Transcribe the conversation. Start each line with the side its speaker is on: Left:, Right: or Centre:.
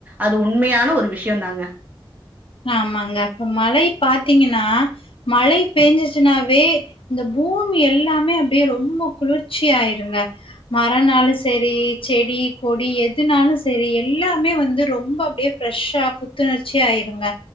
Right: அது உண்மையான ஒரு விஷயம் தாங்க
Left: ஆமாங்க இப்ப மழை பாத்தீங்கன்னா மழை பெஞ்சிச்சுன்னாவே இந்த பூமி எல்லாமே அப்டியே ரொம்ப குளிர்ச்சி ஆயிருங்க மரனாலும் செரி செடி கொடி எதுனாலும் சேரி எல்லாமே வந்து ரொம்ப அப்டியே ஃபிரஷ்ஷா புத்துணர்ச்சி ஆயிருங்க